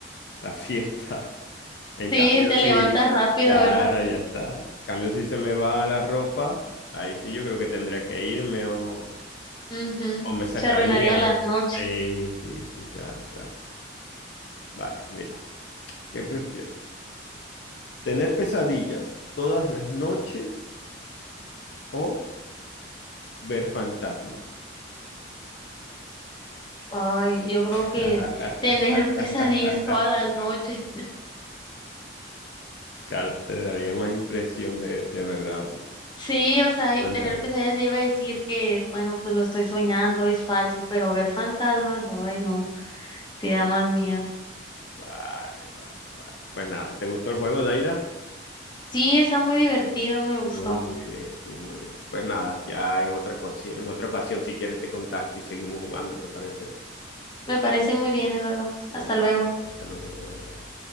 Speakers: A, on the left; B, on the left.
A: la fiesta. <laughs> En cambio,
B: Sí, te
A: sí,
B: levantas rápido,
A: claro,
B: ¿verdad?
A: ya está. En cambio, si se me va la ropa, ahí sí yo creo que tendría que irme o,
B: Mhm.
A: o me sacarían.
B: Se arruinaría la noche.
A: Sí, sí, sí, claro, claro. Vale, mira, ¿qué prefieres? ¿Tener pesadillas todas las noches? o ver fantasmas.
B: Ay, yo creo
A: <laughs>
B: que tener pesadillas todas las noches.
A: Claro, te daría más impresión ver de verdad un
B: Sí, o sea, y
A: fantasma.
B: tener pesadillas ya iba a decir que, bueno, pues lo estoy soñando, es falso, pero ver fantasmas, ay, no, sí da más miedo.
A: Vale, vale, vale. Pues nada, ¿te gustó el juego, Daira?
B: Sí, está muy divertido, me gustó.
A: Estuvo muy bien, estuvo muy bien. Pues nada, ya en otra ocasión, en otra ocasión, si quieres te contacto y seguimos jugando, ¿te parece?
B: Me parece muy bien, Eduardo. Hasta
A: Excelente.
B: luego.
A: Hasta luego, Daira.